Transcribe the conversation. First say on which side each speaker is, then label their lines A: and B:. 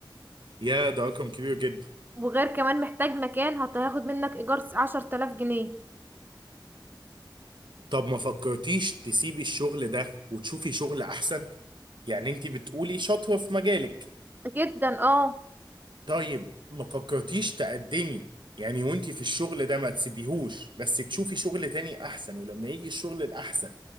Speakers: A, on the right (about 70°); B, on the right (about 25°).
A: يا ده رقم كبير جدا
B: وغير كمان محتاج مكان هت- هياخد منك ايجار عشر تلاف جنيه
A: طب ما فكرتيش تسيبي الشغل ده وتشوفي شغل احسن يعني انت بتقولي شاطرة في مجالك
B: جدا اه
A: طيب ما فكرتيش تقدمي يعني وانت في الشغل ده ما تسيبيهوش بس تشوفي شغل تاني احسن ولما يجي الشغل الاحسن